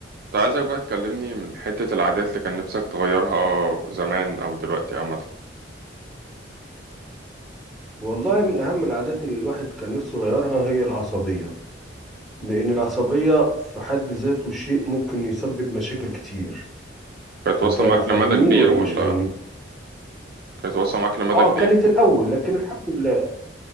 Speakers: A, on the right (about 55°); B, in the centre.
A: كنت عايزك بقى تكلمني من حتة العادات اللي كان نفسك تغيرها زمان أو دلوقتي عامة
B: والله من أهم العادات اللي الواحد كان نفسه يغيرها هي العصبية لأن العصبية في حد ذاته شيء ممكن يسبب مشاكل كتير
A: كانت
B: أنت
A: واصلة معاك
B: فاهمني
A: لمدى كبير
B: ولا
A: ولا
B: مش فاهمني؟
A: كانت واصلة معاك لمدى
B: آه
A: كبير
B: كانت الأول لكن الحمد لله